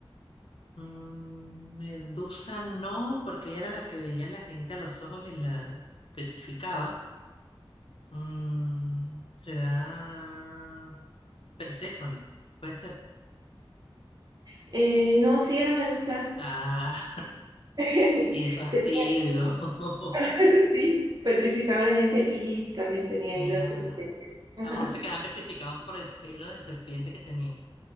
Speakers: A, on the left (about 75°); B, on the right (about 45°).
A: mm, Medusa no, porque ella era la que veía a la gente a los ojos y la petrificaba. Mm, será Perséfone, puede ser.
B: Eh, no, sí era Medusa,
A: Ah,
B: <laughs>
A: qué fastidio.
B: tenía
A: <laughs>
B: <laughs> Sí, petrificaba a la gente y también tenía
A: Y tenía.
B: ahí la serpiente. Ajá.
A: A lo mejor se quedaban petrificados por el pelo de serpiente que tenía.